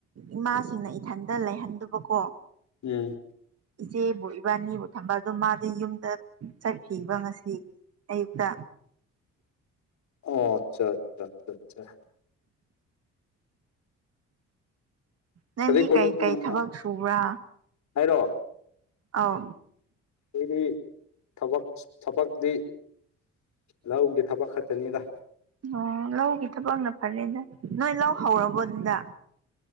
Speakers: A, on the right; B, on the left.
A: ꯏꯃꯥꯁꯤꯡꯅ ꯏꯊꯟꯗ ꯂꯩꯍꯟꯗꯕꯀꯣ
B: ꯎꯝ
A: ꯏꯆꯦꯕꯨ ꯏꯕꯥꯅꯤꯕꯨ ꯊꯝꯕ ꯑꯗꯨꯝ ꯃꯥꯗꯤ ꯌꯨꯝꯗ ꯆꯠꯈꯤꯕ ꯉꯁꯤ ꯑꯩꯌꯨꯛꯇ
B: ꯑꯣ ꯑꯆꯥ ꯑꯆꯥ ꯑ
A: ꯅꯪꯗꯤ
B: ꯀꯔꯤ ꯀꯣꯂꯦꯖꯅꯣ
A: ꯀꯩꯀꯩ
B: ꯅꯪꯅ
A: ꯊꯕꯛ ꯁꯨꯕ꯭ꯔꯥ
B: ꯍꯥꯏꯔꯣ
A: ꯑꯧ
B: ꯑꯩꯗꯤ ꯊꯕꯛ ꯊꯕꯛꯇꯤ ꯂꯧꯒꯤ ꯊꯕꯛ ꯈꯛꯇꯅꯤꯗ
A: ꯑꯣ ꯂꯧꯒꯤ ꯊꯕꯛꯅ ꯐꯔꯦꯗ ꯅꯣꯏ ꯂꯧ ꯍꯧꯔꯕꯣꯗꯨꯗ